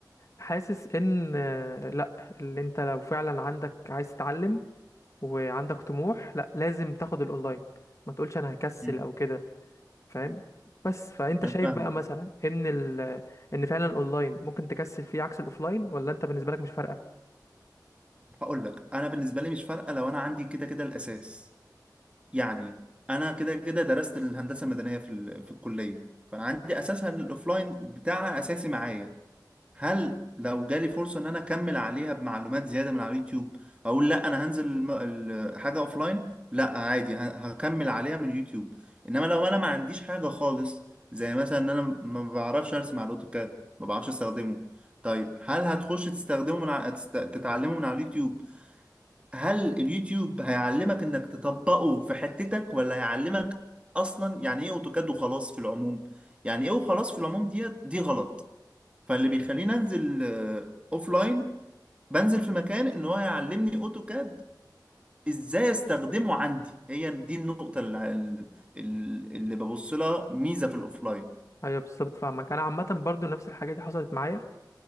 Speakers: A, on the left; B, on the right.
A: حاسس ان آه لا اللي انت لو فعلا عندك عايز تتعلم وعندك طموح لا لازم تاخد الاونلاين ما تقولش انا هكسل
B: مم.
A: او كده فاهم بس فانت
B: انا
A: شايف
B: فاهمك
A: بقى مثلا ان ال ان فعلا الاونلاين ممكن تكسل فيه عكس الاوفلاين ولا انت بالنسبه لك مش فارقه
B: هقول لك انا بالنسبه لي مش فارقه لو انا عندي كده كده الاساس يعني انا كده كده درست الهندسه المدنيه في ال... في الكليه فانا عندي اساسها الاوفلاين بتاعها اساسي معايا هل لو جالي فرصة ان انا اكمل عليها بمعلومات زيادة من على اليوتيوب اقول لا انا هنزل الم- ال- حاجة اوفلاين لا عادي ه- هكمل عليها من اليوتيوب انما لو انا ما عنديش حاجة خالص زي مثلا ان انا ما بعرفش ارسم على الاوتوكاد ما بعرفش استخدمه طيب هل هتخش تستخدمه من على تست- تتعلمه من على اليوتيوب هل اليوتيوب هيعلمك انك تطبقه في حتتك ولا هيعلمك اصلا يعني ايه اوتوكاد وخلاص في العموم يعني ايه وخلاص في العموم ديت دي غلط فاللي بيخليني انزل اوف لاين بنزل في مكان ان هو يعلمني اوتوكاد ازاي استخدمه عندي هي دي النقطة اللي, اللي ببص لها ميزة في الاوفلاين
A: ايوه بالظبط فاهمك انا عامه برضو نفس الحاجه دي حصلت معايا